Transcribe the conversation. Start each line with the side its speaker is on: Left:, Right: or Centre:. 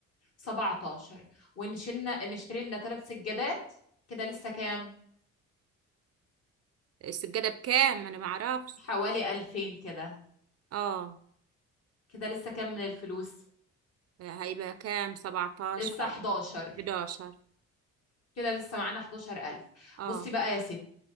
Left: 17 ونشيلنا نشتري لنا ثلاث سجادات كده لسه كام
Right: السجادة بكام انا ما اعرفش
Left: حوالي 2000 كده
Right: اه
Left: كده لسه كام من الفلوس
Right: هيبقى كام 17
Left: لسه 11
Right: 11
Left: كده لسه معانا 11000
Right: اه
Left: بصي بقى يا ستي